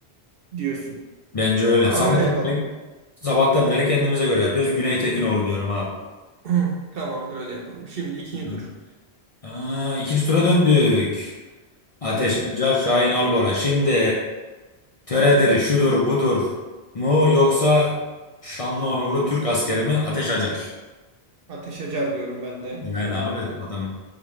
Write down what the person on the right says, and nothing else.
diyorsun.
Tamam
öyle yapalım.
<clears throat> Tamamdır öyle yapalım. Şimdi ikinci
tur.
Evet evet.
Ateş acar diyorum ben de.
Aynen
öyle.